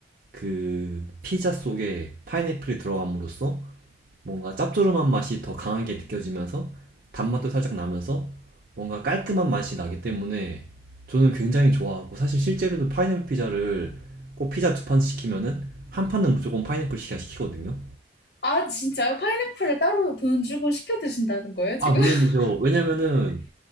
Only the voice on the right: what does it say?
그 피자 속에 파인애플이 들어감으로써 뭔가 짭조름한 맛이 더 강하게 느껴지면서 단맛도 살짝 나면서 뭔가 깔끔한 맛이 나기 때문에 저는 굉장히 좋아하고 사실 실제로도 파인애플 피자를 꼭 피자 두 판 시키면은 한 판은 무조건 파인애플 피자 시키거든요.
아,
물론이죠.
왜냐면은